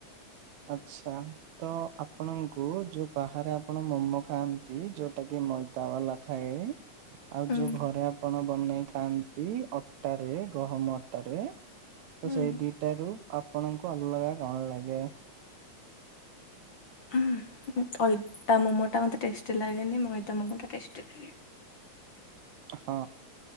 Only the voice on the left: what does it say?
ଉଁ
ହୁଁ
ହୁଁ। ଅଇଦା ମୋମୋ ଟା ମୋତେ ଟେଷ୍ଟି ଲାଗେନି ମଇଦା ମୋମୋ ଟା ଟେଷ୍ଟି ଲାଗେ।